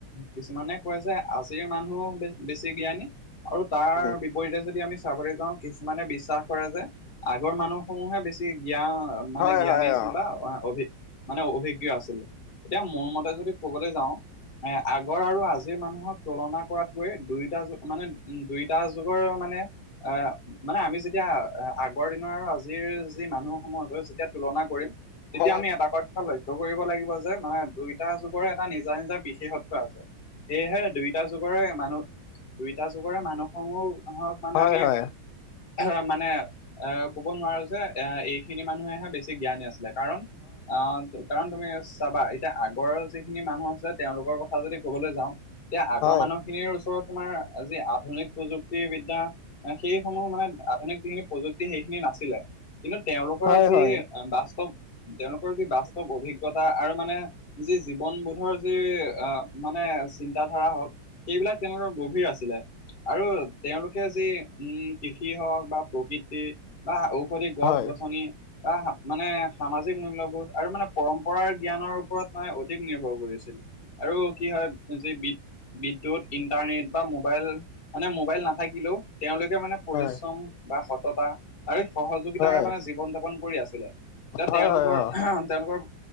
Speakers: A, on the left; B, on the left.
A: কিছুমানে কয় যে আজিৰ মানুহো বেছি জ্ঞানী আৰু তাৰ
B: উম,
A: বিপৰীতে যদি আমি চাবৰি যাওঁ কিছুমানে বিশ্বাস কৰে যে আগৰ মানুহ সমূহে বেছি জ্ঞা- মানে
B: হয়
A: জ্ঞানী
B: হয়
A: আছিল
B: অ
A: বা অভি মানে অভিজ্ঞ আছিল্ এতিয়া মোৰ মতে যদি ক'বলে যাওঁ। এ আগৰ আৰু আজিৰ মানুহক তুলনা কৰাতকৈ দুয়োটা যুগ মানে দুইটা যুগৰ মানে এ মানে আমি যেত- তিয়া আগৰ দিনৰ আৰু আজিৰ যি মানুহসমূহ হৈ যেতিয়া তুলনা কৰিম। তেতিয়া
B: অ
A: আমি এটা কথা লক্ষ্য কৰিব লাগিব যে মানে দুইটা যুগৰে টা নিজ নিজ বিশেষত্ব আছে সেয়েহে দুই দুইটা যুগৰে মানুহ দুইটা যুগৰে মানুহসমূহ হক মানে
B: হয়
A: আমি
B: হয়
A: আহ মানে এ ক'ব নোৱাৰো যে এ এইখিনি মানুহেহে বেছি জ্ঞানী আছিলে কাৰণ অ যুগ কাৰণ তুমি চাবা এতিয়া আগৰৰ যিখিনি মানুহ আছে তেওঁলোকৰ কথা যদি কবলৈ যাওঁ। তিয়া আগৰ
B: অ
A: মানুহখিনিৰ ওচৰত তোমাৰ যি আধুনিক প্ৰযুক্তি বিদ্যা সেই সমূহ মানে আধুনিক যিখিনি প্ৰযুক্তি সেইখিনি নাছিলে কিন্তু তেওঁলোকৰ
B: হয়
A: যি
B: হয় অ হয় হয়
A: বাস্তৱ তেওঁলোকৰ যি বাস্তৱ অভিজ্ঞ- অভিজ্ঞতা আৰু মানে যি জীৱন বোধৰ যি আহ মানে চিন্তা ধাৰা হওঁক সেইবিলাক তেওঁলোকৰ গভীৰ আছিলে আৰু তেওঁলোকে যি উম কৃষ ষি হওক বা প্ৰকৃতি বা ঔষধি গছ-গছনি
B: হয়
A: বা মানে সামাজিক মূল্যবোধ আৰু মানে পৰম্পৰাৰ জ্ঞানৰ ওপৰত মানে অধিক নিৰ্ভৰ কৰিছিল। আৰু কি হয় যি বিদ বিদ্যুৎ, ইণ্টাৰনেট বা মোবাইল মানে মোবাইল নাথাকিলেও তেওঁলোকে মানে পৰিশ্ৰম
B: হয়
A: বা সততা আৰু সহযোগিতাৰে
B: হয়,
A: মানে জীৱন যাপন কৰি আছিলে। এতিয়া
B: হয়,
A: তেওঁলোকৰ
B: হয়, অ,
A: তেওঁলোকৰ